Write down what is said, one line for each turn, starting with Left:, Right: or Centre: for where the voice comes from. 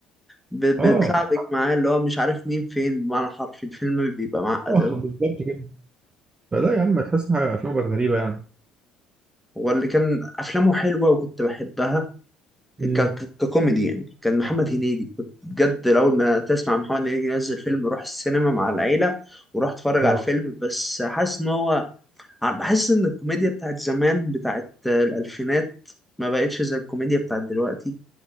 Centre: ب...
Right: اه
Centre: بتلعبك معاه اللي هو مش عارف مين فين بمعنى حرفي الفيلم بيبقى معقد
Right: اه
Centre: أوي.
Right: بالظبط كده فلا يا عم تحس ان حاجة- افلام بقت غريبه يعني
Centre: هو اللي كان افلامه حلوه وكنت بحبها ك...
Right: امم
Centre: ك- ككوميدي يعني كان محمد هنيدي كنت بجد اول ما تسمع محمد هنيدي ينزل فيلم روح السينما مع العيله وروح اتفرج
Right: اه
Centre: على الفيلم بس حاسس ان هو ع- بحس ان الكوميديا بتاعت زمان بتاعت آه، الالفينات ما بقتش زي الكوميديا بتاعت دلوقتي